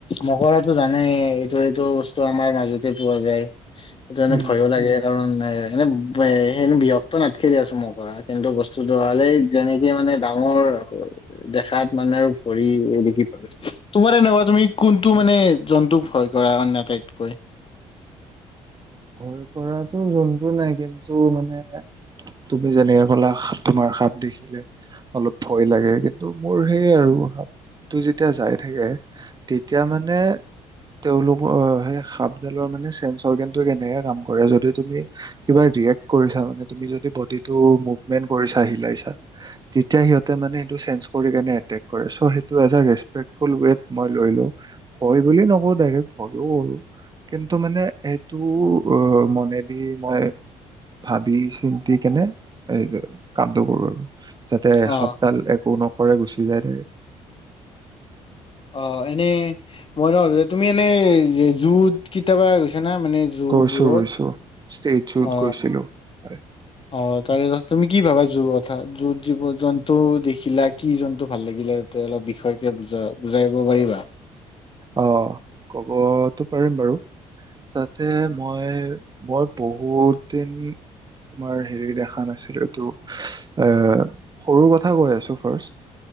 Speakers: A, on the left; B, on the right.
A: মকৰাতো জানেই এইটো এইটো বস্তু আমাৰ মাজতে পোৱা যায় সেইটো কাৰণে
B: উম
A: ভয়ো লাগে কাৰণ এ এনে এ স বিষাক্ত নাথাকে দিয়াছোন মকৰাত কিন্তু বস্তুটো হল এই যেনেকে মানে ডাঙৰ দেখাত মানে আৰু ভৰি দেখি পালো তোমাৰ এনেকুৱা তুমি কোনটো মানে জন্তুক ভয় কৰা অটাইতকৈ?
B: ভয় কৰাটো জন্তু নাই কিন্তু মানে তুমি যেনেকে কলা তোমাৰ সাপ দেখিলে অলপ ভয় লাগে কিন্তু মোৰ সেই আৰু সাপটো যেতিয়া যাই থাকে তেতিয়া মানে তেওঁলোকৰ সেই সাপডালৰ মানে চেঞ্জ অৰগেন টো কেনেকে কাম কৰে যদি তুমি কিবা ৰিয়েক্ট কৰিছা মানে তুমি যদি বডিটো মুভমেণ্ট কৰিছা হিলাইছা তেতিয়া সিহঁতে মানে সেইটো চেন্স কৰিকিনে এতেক কৰে চ' সেইটো এজ এ ৰেষ্টপেক্টফুল ৱেত মই লৈ লও ভয় বুলি নকৌ ডাইৰেক্ ভয়ও কৰো কিন্তু মানে টো অ মনে দি মই ভাবি চিন্তি কেনে এই কামটো কৰো আৰু যাতে
A: অ',
B: সাপডাল একো নকৰে গুচি যায় দে
A: অ এনেই মই ভাবো তুমি এনে জুত কেতিয়াবা গৈছা নে মানে জো
B: গৈছোঁ
A: বোৰত
B: গৈছোঁ ষ্টেজত
A: অ
B: গৈছিলোঁ
A: অ তাৰেপিছত তুমি কি ভাবা জোৰ কথা জোৰ জীৱ জন্তু দেখিলা কি জন্তু ভাল লাগিলে তে বিষয় কে অলপ বুজাই কব পাৰিবা
B: অ কবতো পাৰিম বাৰু তাতে মই মই বহুত দিন তোমাৰ হেৰি দেখা নাছিলো টো এ সৰুৰ কথা কৈ আছো ৰ্ফাষ্ট